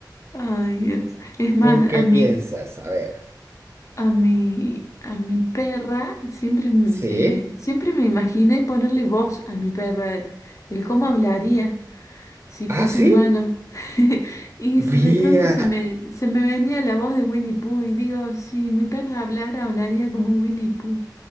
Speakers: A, on the left; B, on the right.
A: Ay, Dios. Es más,
B: ¿tú qué
A: a mí.
B: piensas? A ver.
A: A mi, a mi perra siempre, m-
B: ¿Sí?
A: eh, siempre me imaginé ponerle voz a mi perra, el cómo hablaría si fuese
B: ¿Ah, sí?
A: humano. <laughs> Y
B: Vía.
A: se- de pronto se me, se me venía la voz de Winnie Pooh y digo, si mi perra hablara, hablaría como Winnie Pooh.